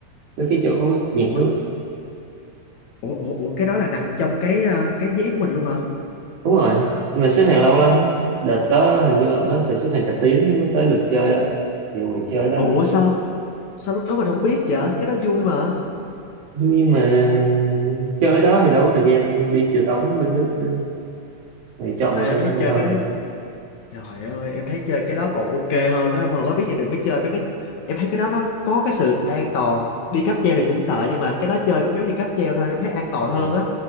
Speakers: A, on the right (about 55°); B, on the left (about 70°).
A: tới cái chỗ nhiệt
B: ủa
A: nước
B: ủa ủa, ủa cái đó là nằm trong cái ờ, cái vé của mình luôn hả
A: đúng rồi nhưng mà xếp hàng lâu lắm đợt đó hình như bọn nó phải xếp hàng cả tiếng nó mới tới lượt chơi á nhiều người chơi đó
B: ủa
A: lắm
B: sao sao lúc đó mình không biết vậy cái đó vui mà
A: nhưng mà chơi đó thì đâu có thời gian đi trượt ống bên nước nữa thì chọn
B: Ờ,
A: một
B: em
A: trong
B: thấy
A: hai
B: chơi
A: thôi
B: cái đó trời ơi em thấy chơi cái đó còn ok hơn á mà có biết thì đừng có chơi mấy cái em thấy cái đó nó có cái sự an toàn đi cáp treo thì cũng sợ nhưng mà cái đó chơi cũng giống như cáp treo thôi em thấy an toàn
A: là
B: hơn á